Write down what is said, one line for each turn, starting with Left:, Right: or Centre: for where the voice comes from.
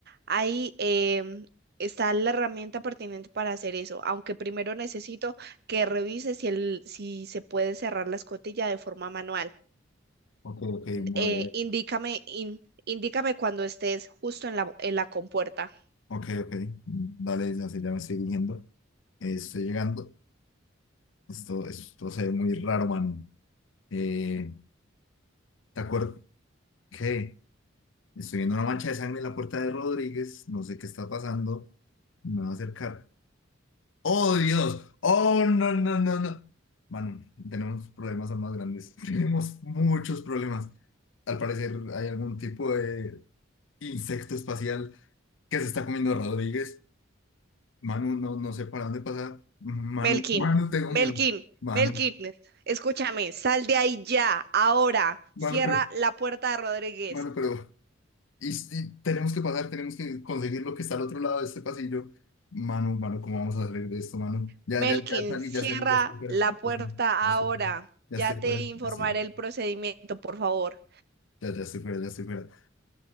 Right: Ahí em, está la herramienta pertinente para hacer eso, aunque primero necesito que revise si, el, si se puede cerrar la escotilla de forma manual.
Left: Ok, ok, muy
Right: Eh, indícame, in- indícame cuando estés justo en la, en la compuerta.
Left: Ok, ok. Dale, ya se, ya me estoy dirigiendo. Eh, estoy llegando. Esto, esto se ve muy raro, mano. Eh, ¿te acuerdas? ¿Qué? Estoy viendo una mancha de sangre en la puerta de Rodríguez. No sé qué está pasando. Me va a acercar. ¡Oh, Dios! ¡Oh, no, no, no, no! Mano, tenemos problemas aún más grandes. <laughs> Tenemos muchos problemas. Al parecer hay algún tipo de insecto espacial que se está comiendo a Rodríguez. Manu, no, no sé para dónde pasar. Manu,
Right: Melkin,
Left: Manu, tengo miedo.
Right: Melkin,
Left: Manu,
Right: Melkin, escúchame, sal de ahí ya, ahora.
Left: Manu,
Right: Cierra
Left: pero,
Right: la puerta de Rodríguez.
Left: Manu, pero, y, y tenemos que pasar, tenemos que conseguir lo que está al otro lado de este pasillo. Manu, Manu, ¿cómo vamos a salir de esto, Manu? Ya,
Right: Melkin,
Left: ya, ya salí,
Right: cierra
Left: ya salí, ya estoy fuera,
Right: la
Left: ya
Right: puerta
Left: estoy fuera, ya estoy
Right: ahora.
Left: fuera, ya
Right: Ya
Left: estoy
Right: te
Left: fuera,
Right: informaré
Left: ya estoy fuera,
Right: el procedimiento, por favor.
Left: ya, ya estoy fuera, ya estoy fuera.